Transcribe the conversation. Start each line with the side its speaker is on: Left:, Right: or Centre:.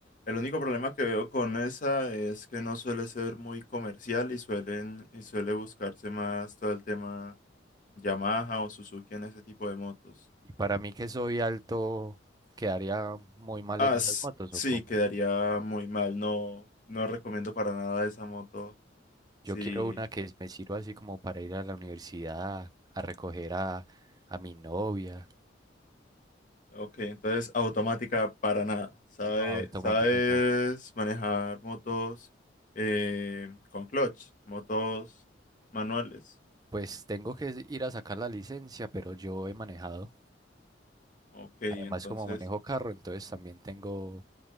Left: el único problema que veo con esa es que no suele ser muy comercial y suelen y suele buscarse más todo el tema Yamaha o Suzuki en ese tipo de motos.
Right: Y para mí que soy alto, quedaría muy mal
Left: Ah,
Right: en
Left: s-
Right: esas motos
Left: sí,
Right: o cómo.
Left: quedaría muy mal. No, no recomiendo para nada esa moto.
Right: Yo
Left: Sí.
Right: quiero una que me sirva así como para ir a la universidad, a recoger a, a mi novia.
Left: Ok, entonces automática para nada. ¿Sabe-
Right: No, automática
Left: ¿Sabes
Right: no.
Left: manejar motos eh, con clutch? Motos manuales.
Right: Pues tengo que ir a sacar la licencia, pero yo he manejado.
Left: Ok,
Right: Además,
Left: entonces
Right: como manejo carro, entonces también tengo un